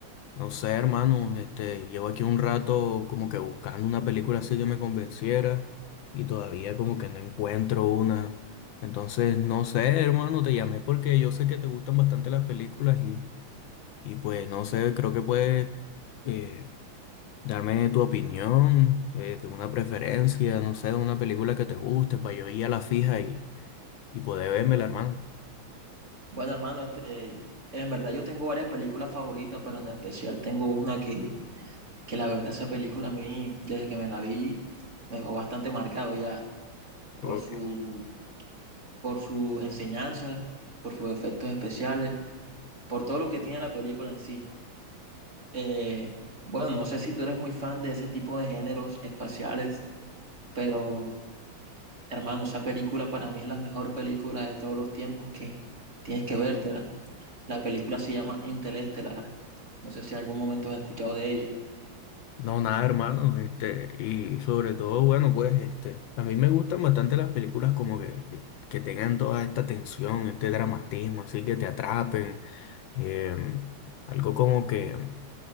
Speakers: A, on the left (about 75°); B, on the right (about 35°).
A: no sé, hermano, este, llevo aquí un rato como que buscando una película así que me convenciera y todavía como que no encuentro una. Entonces, no sé, hermano, te llamé porque yo sé que te gustan bastante las películas y, y pues, no sé, creo que puedes eh, Darme tu opinión, eh, de una preferencia, no sé, de una película que te guste, para yo ir a la fija y, y poder vérmela, hermano.
B: Bueno, hermano, este, en verdad yo tengo varias películas favoritas, pero en especial tengo una que, que la verdad esa película a mí, desde que me la vi, me dejó bastante marcado ya
A: Ok.
B: por su, por su enseñanza, por sus efectos especiales, por todo lo que tiene la película en sí. Eh, bueno, no sé si tú eres muy fan de ese tipo de géneros espaciales, pero Hermano, esa película para mí es la mejor película de todos los tiempos que tienes que vértela. La película se llama Interestelar. No sé si en algún momento has escuchado de ella.
A: No, nada, hermano, este, y sobre todo, bueno, pues, este, a mí me gustan bastante las películas como que, que, que tengan toda esta tensión, este dramatismo, así que te atrapen, em, algo como que